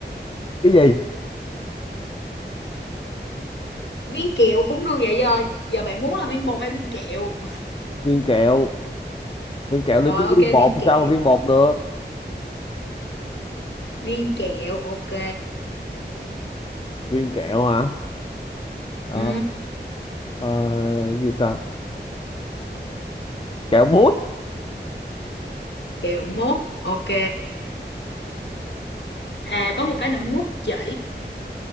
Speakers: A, on the left; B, on the left.
A: Cái gì?
B: viên kẹo cũng được vậy giờ. Giờ bạn muốn là viên bột hay viên kẹo?
A: Viên kẹo. viên kẹo
B: Rồi
A: được chứ
B: ok
A: viên bột
B: viên
A: làm
B: kẹo.
A: sao mà viên bột được
B: Viên kẹo ok.
A: viên kẹo hả Ờ,
B: Ừ.
A: ờ, gì ta kẹo mút
B: Kẹo mốt ok. À có một cái nữa mút chỉ.